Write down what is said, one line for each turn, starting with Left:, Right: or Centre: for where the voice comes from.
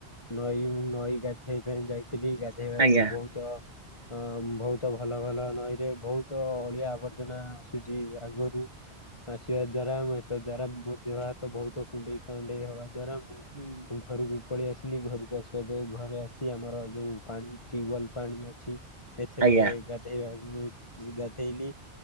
Left: ନଈ ମୁଁ ନଈ ଗାଧେଇ ପାଇଁ ଯାଇଥିଲି ଗାଧେଇବାରୁ
Right: ଆଜ୍ଞା
Left: ବହୁତ। ଅ ବହୁତ ଭଲ ଭଲ ନଈରେ ବହୁତ ଅଳିଆ ଆବର୍ଜନା ଆସୁଛି ଆଗୁରୁ। ଆସିବା ଦ୍ଵାରା ଏତ ଦ୍ଵାରା ମୋ ଦେହ ହାତ ବହୁତ କୁଣ୍ଡେଇ କାଣ୍ଡେଇ ହବା ଦ୍ଵାରା ମୁଁ।
Right: ହୁଁ।
Left: ଘରକୁ ପଳେଇ ଆସିଲି ଘରକୁ ଆସିବା ଦ୍ଵା ଘରେ ଆସି ଆମର ଯୋଉ ପାଣି ଟ୍ୟୁବଲ୍ ପାଣି ଅ ଛି ସେଥେରେ
Right: ଆଜ୍ଞା।
Left: ଗାଧେଇବା ମି ଗାଧେଇଲି।